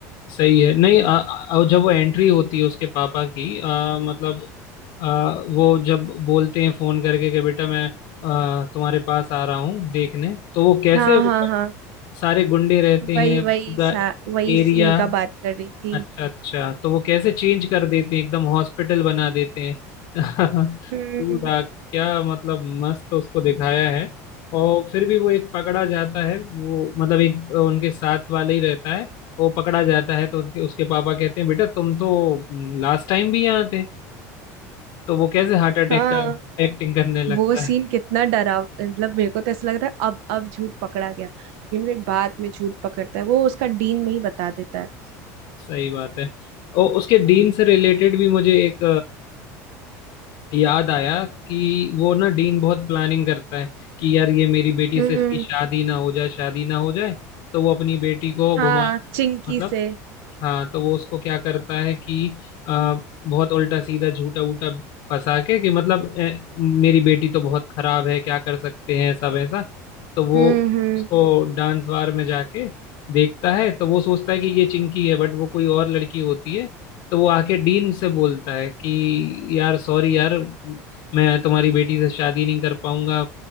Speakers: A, on the left (about 65°); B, on the right (about 75°).
A: सही है नहीं अ, अ, जब वो एंट्री होती है उसके पापा की अ, मतलब अ, वो जब बोलते हैं फोन करके कि बेटा मैं अ, तुम्हारे पास आ रहा हूँ देखने तो वो कैसे
B: हाँ
A: मतलब
B: हाँ हाँ
A: सारे गुंडे रहते
B: वही
A: हैं
B: वही
A: पूरा
B: सा वही
A: एरिया
B: सीन का बात कर रही थी
A: अच्छा अच्छा तो वो कैसे चेंज कर देते हैं एकदम हॉस्पिटल बना देते हैं <laughs>
B: हम्म
A: पूरा क्या मतलब मस्त उसको दिखाया है और फिर भी वो एक पकड़ा जाता है वो मतलब एक अ, उनके साथ वाला ही रहता है वो पकड़ा जाता है तो उसके उसके पापा कहते हैं बेटा तुम तो लास्ट टाइम भी यहाँ थे तो वो कैसे हार्ट अटैक
B: हाँ
A: का एक्टिंग करने लगता
B: वो सीन
A: है
B: कितना डरा मतलब मेरे को तो ऐसा लग रहा है अब अब झूठ पकड़ा गया लेकिन फिर बाद में झूठ पकड़ता है वो उसका डीन में ही बता देता है
A: सही बात है और उसके डीन से रिलेटेड भी मुझे एक याद आया कि वो ना डीन बहुत प्लानिंग करता है कि यार ये मेरी बेटी
B: हम्म
A: से इसकी शादी ना हो जाए शादी ना हो जाए तो वो अपनी बेटी को
B: हाँ
A: घुमा
B: चिंकी
A: मतलब
B: से
A: हाँ तो वो उसको क्या करता है कि आ, बहुत उल्टा सीधा झूठा वूटा फंसा के कि मतलब "ए, मेरी बेटी तो बहुत खराब है क्या कर सकते हैं ऐसा वैसा तो वो
B: हम्म हम्म
A: उसको डांस बार में जाके देखता है तो वो सोचता है कि ये चिंकी है बट वो कोई और लड़की होती है तो वो आके डीन से बोलता है कि यार सॉरी यार मैं तुम्हारी बेटी से शादी नहीं कर पाऊंगा